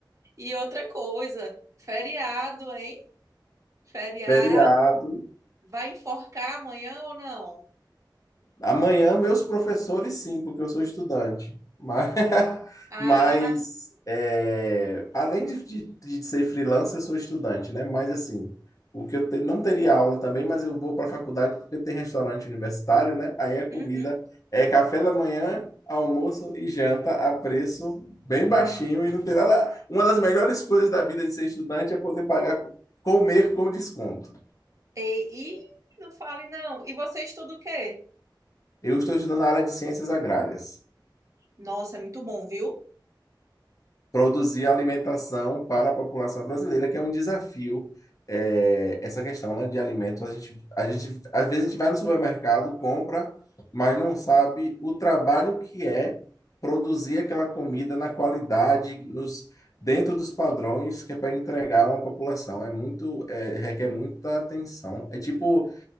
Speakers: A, on the right; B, on the left.
A: E outra coisa, feriado, hein? Feriado.
B: Feriado
A: Vai enforcar amanhã ou não?
B: Amanhã, meus professores, sim, porque eu sou estudante. Mas, <laughs>
A: Ah,
B: mas, é, além de, de- de ser freelancer, eu sou estudante, né? Mas, assim, o que eu te- não teria aula também, mas eu vou para a faculdade porque tem restaurante universitário, né? Aí a comida
A: uhum.
B: é café da manhã, almoço e janta a preço bem baixinho e não tem nada. Uma das melhores coisas da vida de ser estudante é poder pagar, comer com desconto.
A: E, e não fale, não. E você estuda o quê?
B: Eu estou estudando na área de ciências agrárias.
A: Nossa, é muito bom, viu?
B: produzir alimentação para a população brasileira, que é um desafio, é, essa questão, né, de alimentos. A gente, a gente, às vezes a gente vai no supermercado, compra, mas não sabe o trabalho que é produzir aquela comida na qualidade, nos, dentro dos padrões que é para entregar a uma população. É muito, é, requer muita atenção. É tipo,